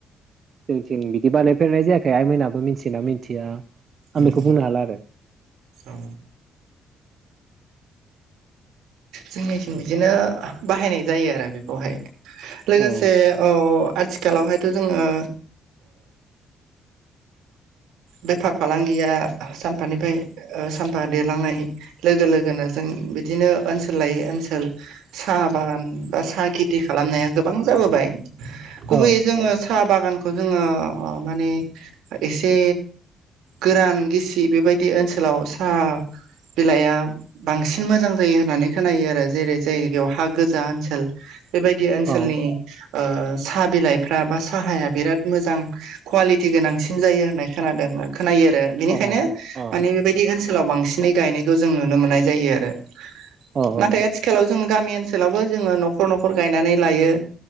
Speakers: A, on the right (about 50°); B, on the right (about 85°).
A: जोंथिं बिदि बानायफेरनाय जायाखै आइमोनहाबो मिथियोना मिथिया! आं
B: उम
A: बेखौ
B: उम
A: बुंनो हाला आरो
B: औ जोंनिथिं बिदिनो बाहायनाय जायो आरो बेखौहाय लोगोसे
A: औ
B: औ आथिखालावहायथ' जोङो बेफार फालांगिया सानफानिफ्राय सानफा देरलांनाय लोगो लोगोनो जों बिदिनो ओनसोल लायै ओनसोल साहा बागान बा साहा खेथि खालामनाया गोबां जाबोबाय गुबैयै
A: औ
B: जोङो साहा बागानखौ जोङो माने एसे गोरान गिसि बेबायदि ओनसोलाव साहा बिलाइआ बांसिन मोजां जायो होननानै खोनायो आरो जेरै जाय जायगायाव हा गोजा ओनसोल बेफोरबायदि ओनसोलनि
A: औ
B: ओ साहा बिलाइफ्रा बा साहाया बिराद मोजां कुवालिटि गोनांसिन जायो होननाय खोनादों खोनायो आरो बेनिखायनो
A: औ औ
B: माने बेबायदि ओनसोलाव बांसिन -नै गायनायखौ जों नुनो मोननाय जायो आरो।
A: औ
B: नाथाय
A: औ
B: आथिखालाव जों गामि ओनसोलावबो जोङो न'खर न'खर गायनानै लायो।